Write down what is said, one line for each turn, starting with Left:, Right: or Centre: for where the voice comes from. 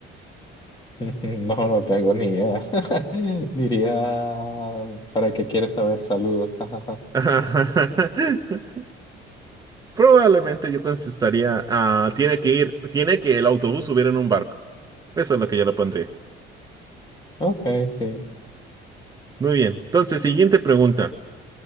Left: <laughs> no, no tengo ni idea. <laughs> Diría, ¿para qué quieres saber? Saludos. <laughs> jajaja.
Right: <laughs> Probablemente yo contestaría, ah, tiene que ir, tiene que el autobús subir en un barco. Eso es lo que yo le pondría.
Left: Ok, sí.
Right: Muy bien. Entonces, siguiente pregunta.